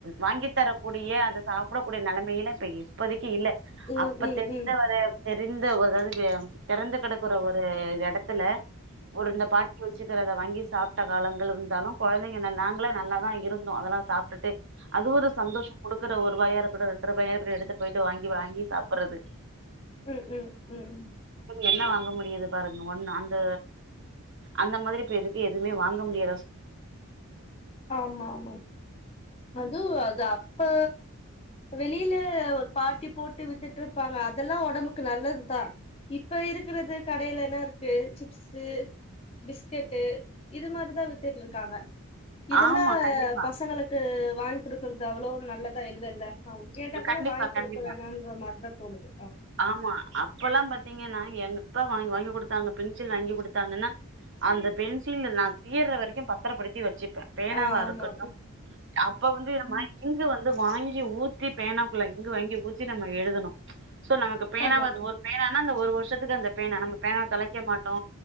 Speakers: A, on the right; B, on the left.
A: வாங்கி தரக்கூடிய அத சாப் போக்கூடிய நலமை <unintelligible> இப்போதைக்கு இல்ல
B: ம்
A: அப்ப
B: ம்
A: தெரிஞ்ச
B: ம்
A: ஒரு தெரிந்தவர்கள் <unintelligible> தெறந்து கெடக்கற ஒரு இடத்துல ஒரு இந்த பாட்டி வச் வச்சுக்கிறத வாங்கி சாப்பிட்ட காலங்கள் இருந்தாலு கொழந்தைங்க நாங்களே நல்லா தான் இருந்தோம் அதெல்லா சாப்ட்டுட்டு அது ஒரு சந்தோஷ கொடுக் இருக்கற ஒரு ரூபாயா இருக்கட்டும் ரெண்ரூபாயா இருக்கட்டு எடுத்துட்டு போயிட வாங்கி வாங்கி சாப்பறது
B: ம் ம் ம் ம்
A: என்ன வாங்க முடியுது பாருங்க ஒண்ணு அந்த அந்த மாதிரி இ எதுக்கு எதுவுமே வாங்க முடிய
B: ஆமாமா அது அது அப் அப்ப வெளி கீழஒரு பாட்டி போட்டு வித்துட்டு இருப்பாங்க அதெல்லாம் உடம்புக்கு நல்லதுதா இப்ப இருக்கிறது கடேலேலா இருக்கு சிப்ஸு பிஸ்கெட்டு இது மாரிதா வித்துட்டு இருக் காங்க இதெல்லா
A: ஆமா கண்டிப்பா
B: பசங்களுக்கு வாங்கி குடுக்குறது அவ்ளோ நல்லதா இல்லேல்ல அவன் கேட்டா கூட
A: கண்டிப்பா
B: வாங்கி குடுக்க
A: கண்டிப்பா
B: வேணான்ற மாரிதா தோணுது
A: ஆமா அப்பல்லா பாத்தீங்கன்னா எங்க <unintelligible> வாங்கி வாங்கி குடுத்தாங்க பென்சில் வாங்கி குடுத்தாங்கன்னா அந்த பென்சில நான் தீர்ர வரைக்கு பத் பத்தறப்படுத்தி வச்சுப்பே பேனாவா
B: ஆமா
A: இருக்கட்டு அப்ப வந்து இந்த மாரி கிங் வந்து வந்து வாங்கி ஊத்தி பேனாக்குள்ள இங்கு வாங்கி ஊத்தி நம்ம எழுதனு ச் சோ நமக்கு பேனாவாது
B: ஆமா ம் ஆமாமா
A: ஒரு பேனானா ஒரு வருஷத்துக்கு அந்த பேனா நம்ம பேனாவ தொலைக்க மாட்டோ